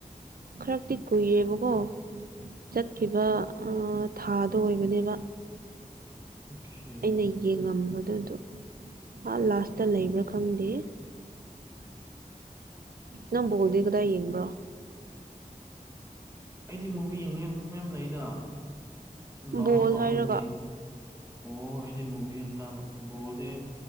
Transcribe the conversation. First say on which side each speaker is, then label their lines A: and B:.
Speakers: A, on the right (about 75°); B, on the right (about 20°).
A: ꯈꯔꯛꯇꯤ ꯀꯨꯏꯌꯦꯕꯀꯣ ꯆꯠꯈꯤꯕ ꯊꯥꯗ ꯇ ꯑꯣꯏꯕꯅꯦꯕ
B: ꯑꯣꯀꯦ
A: ꯑꯩꯅ ꯌꯦꯡꯉꯝꯕꯗ ꯑꯗꯨ ꯍꯥ ꯂꯥꯁꯇ ꯂꯩꯕ꯭ꯔꯥ ꯈꯪꯗꯦ ꯅꯪ ꯕꯣꯜꯗꯤ ꯀꯗꯥꯏ ꯌꯦꯡꯕ꯭ꯔꯣ
B: ꯑꯩꯗꯤ ꯃꯨꯚꯤ ꯌꯦꯡꯅꯤꯡꯉ ꯃꯌꯥꯝ ꯂꯩꯗ ꯗꯥꯎꯟꯂꯣꯗ
A: ꯕꯣꯜ
B: ꯇꯧꯕꯒꯤ
A: ꯍꯥꯏꯔꯒ
B: ꯑꯣ ꯑꯩꯗꯤ ꯃꯨꯕꯤ ꯑꯣꯏꯅ ꯇꯥꯕ ꯑꯩꯗꯤ